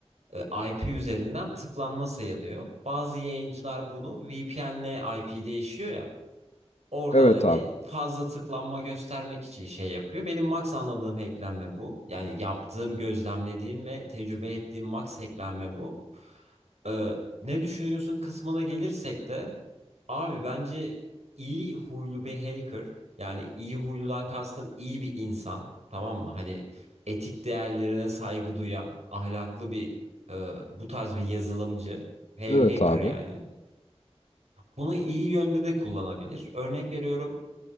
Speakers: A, on the right; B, on the left.
A: e, IP üzerinden tıklanma sayılıyor. Bazı yayıncılar bunu VPN'le IP değişiyor ya. Oradan
B: Evet
A: hani
B: abi.
A: fazla tıklanma göstermek için şey yapıyor. Benim max anladığım hacklenme bu. Yani yaptığım, gözlemlediğim ve tecrübe ettiğim max hacklenme bu. Ee, ne düşünüyorsun kısmına gelirsek de Abi bence iyi huylu bir hacker yani iyi huyludan kastım iyi bir insan tamam mı? Hani etik değerlerine saygı duyan ahlaklı bir e, bu tarz bir yazılımcı hey,
B: Evet
A: hacker
B: abi.
A: yani. Bunu iyi yönde de kullanabilir. Örnek veriyorum